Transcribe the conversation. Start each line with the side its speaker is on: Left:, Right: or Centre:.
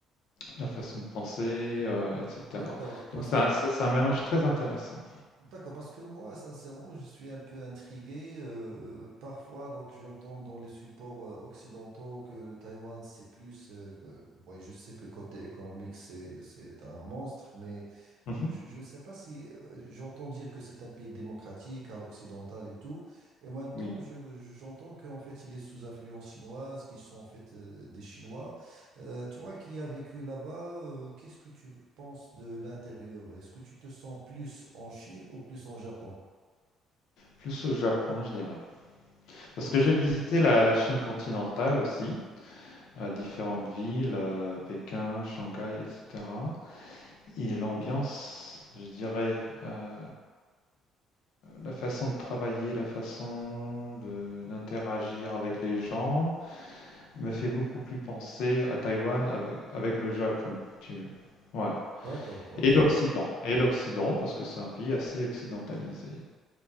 Left: la façon de penser, euh, etc.
Right: D'accord, parce
Left: Donc ça,
Right: que
Left: ça- c'est un mélange très intéressant.
Right: D'accord, parce que moi, sincèrement, je suis un peu intrigué. euh, parfois, donc, j'entends dans les supports euh, occidentaux que le Taïwan, c'est plus. euh, euh, ouais, je sais que côté économique, c'est, c'est un monstre, mais
Left: Mhm.
Right: je, je ne sais pas si euh, j'entends dire que c'est un pays démocratique à l'occidental et tout. Et en même temps,
Left: Oui,
Right: je, je- j'entends qu'en fait, il est sous influence chinoise, qu'ils sont en fait euh, des Chinois. Euh, toi qui as vécu là-bas, euh, qu'est-ce que tu penses de l'intérieur? Est-ce que tu te sens plus en Chine ou plus en Japon?
Left: plus au Japon, je dirais. Parce
Right: Ok,
Left: que j'ai visité la, la Chine continentale aussi. à différentes villes, euh, Pékin, Shanghai, etc. Et l'ambiance, je dirais, euh, la façon de travailler, la façon de- d'interagir avec les gens, me fait beaucoup plus penser à Taïwan avec, avec le Japon, si tu veux. Ouais.
Right: d'accord, ok.
Left: Et l'Occident, et l'Occident, parce que c'est un pays assez occidentalisé.